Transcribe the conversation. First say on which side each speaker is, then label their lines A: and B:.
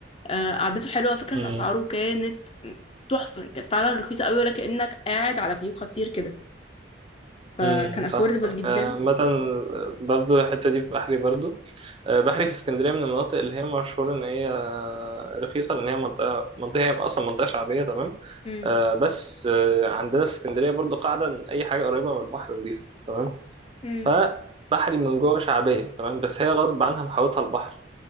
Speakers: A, on the left (about 30°); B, on the right (about 30°).
A: آه، قعدته حلوه انا فاكره
B: أمم.
A: ان اسعاره كانت تحفه كانت فعلا رخيصه قوي ولا كانك قاعد على فيو خطير كده فكان
B: أمم. صح
A: افوردبل
B: صح
A: جدا
B: آه، عامة برضو الحتة دي في بحري برضو آه، بحري في اسكندرية من المناطق اللي هي مشهورة إن هي آه، رخيصة لأن هي منطقة منطقة هي أصلا منطقة شعبية تمام
A: امم
B: آه، بس آه، عندنا في اسكندرية برضو قاعدة إن أي حاجة قريبة من البحر نضيفة تمام
A: امم
B: فبحري من جوه شعبية تمام بس هي غصب عنها محاوطها البحر